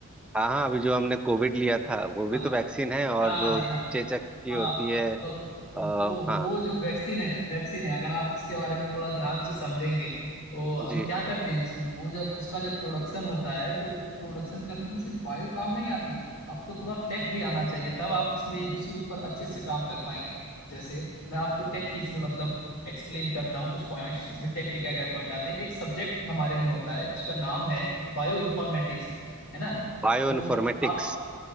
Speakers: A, in the centre; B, on the left (about 65°).
A: हाँ हाँ अभी जो हमने कोविड लिया था वो भी
B: हाँ
A: तो वैक्सीन है और
B: हाँ
A: जो
B: जी हाँ
A: चेचक की
B: हाँ
A: होती है
B: तो वो
A: आ, हाँ
B: वो जो वैक्सीन है वैक्सीन है अगर आप उसके बारे में थोड़ा ध्यान से समझेंगे तो
A: जी
B: हम क्या करते हैं उसमें वो जब उसका जब प्रोडक्शन होता है तो वो प्रोडक्शन करने में सिर्फ बायो काम नहीं आती आपको थोड़ा टेक भी आना चाहिए तब आप उसमें उसके ऊपर अच्छे से काम कर पाएंगे जैसे मैं आपको टेक की इसमें मतलब एक्सप्लेन करता हूँ कुछ पॉइंट्स इसमें टेक के क्या क्या पॉइंट आते हैं एक सब्जेक्ट हमारे में होता है उसका नाम है बायो इन्फॉर्मेटिक्स है ना तो
A: बायो इन्फॉर्मेटिक्स
B: आप